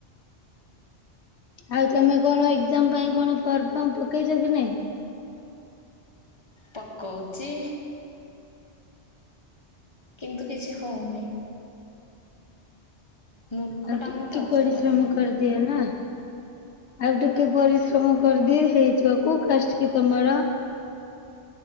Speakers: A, on the left; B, on the left.
A: ଆଉ ତମେ କଣ ଏକ୍ଜାମ ପାଇଁ କଣ ଫର୍ମ ଫର୍ମ ପକେଇଚ କି ନାଇଁ?
B: ପକଉଚି। କିନ୍ତୁ କିଛି ହଉନି। ମୂର୍ଖଟା
A: ଆଉ ଟିକେ
B: ମୁଁ ତ
A: ପରିଶ୍ରମ
B: ସେଟା ପାଇଁ
A: କରିଦିଅ ନା। ଆଉ ଟିକେ ପରିଶ୍ରମ କରିଦିଏ ହେଇଯିବ। କୋଉ କାଷ୍ଟ କି ତମର?